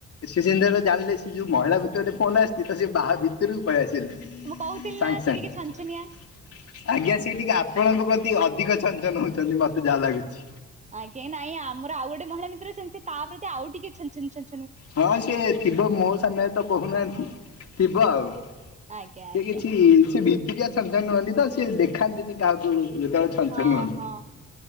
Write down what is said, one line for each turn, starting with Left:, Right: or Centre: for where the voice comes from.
Left: ସେ ଯେମିତି ଜାଣିଲେ ସେ ଯୋଉ ମହିଳା ମିତ୍ର ଙ୍କର ଫୋନ ଆସିଛି ତ ସେ ବାହା ଭିତରକୁ ପଲେଇଆସିଲେ। ଥିଲେ
Right: ମୁଁ କହୁଥିଲି
Left: ସାଙ୍ଗ
Right: ନା
Left: ସାଙ୍ଗ।
Right: ସେ ଟିକେ ଛନଛନିଆ
Left: ଆଜ୍ଞା ସେ ଟିକେ ଆପଣଙ୍କ ପ୍ରତି ଅଧିକ ଛନ୍ ଛନ୍ ହଉଛନ୍ତି ମତେ ଯାହା ଲାଗୁଛି।
Right: ଆଜ୍ଞା ନାଇଁ ଆମର ଆଉ ଗୋଟେ ମହିଳା ମିତ୍ର ସେମିତି ତା ପ୍ରତି ଆଉ ଟିକେ ଛନ୍ ଛନ୍ ଛନ୍।
Left: ହଁ ସିଏ ଥିବ ମୋ ସାମ୍ନାରେ ତ କହୁନାହାନ୍ତି ଥିବ ଆଉ।
Right: ଆଜ୍ଞା
Left: ସେ
Right: ଆଜ୍ଞା
Left: କିଛି ସେ ଭିତରିଆ ଛନ୍ ଛନ୍ ହୁଅନ୍ତି ତ ସେ ଦେଖାନ୍ତିନି କାହାକୁ ଉଁ କି ଛନ୍
Right: ହଁ
Left: ଛନ୍ ହୁଅନ୍ତି
Right: ହଁ